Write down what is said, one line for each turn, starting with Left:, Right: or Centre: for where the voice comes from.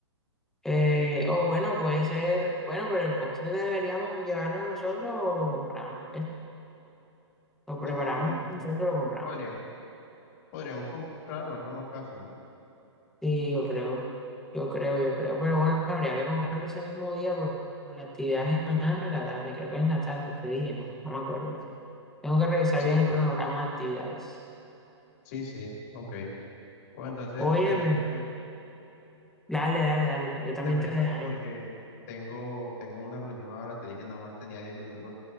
Centre: Eh, o bueno, puede ser, bueno, pero el postre deberíamos llevarlo nosotros o lo compramos, ¿eh? Lo preparamos
Left: No,
Centre: nosotros, lo compramos.
Left: podríamos, podríamos comprarlo, es lo más fácil, ¿no?
Centre: Sí, yo creo, yo creo, yo creo. Pero bueno, habría que comprarlo ese mismo día porque la actividad es mañana en la tarde, creo que es en la tarde, te dije, ¿no? No me acuerdo. Tengo que revisar
Left: Sí,
Centre: bien el
Left: sí.
Centre: cronograma de actividades.
Left: Sí, sí, ok. Bueno, entonces
Centre: Oye,
Left: te voy dejando,
Centre: Dale, dale, dale. Yo también
Left: te voy
Centre: te
Left: dejando
Centre: dejaré.
Left: porque tengo, tengo una reunión ahora, te dije nada más tenía 10 minutos.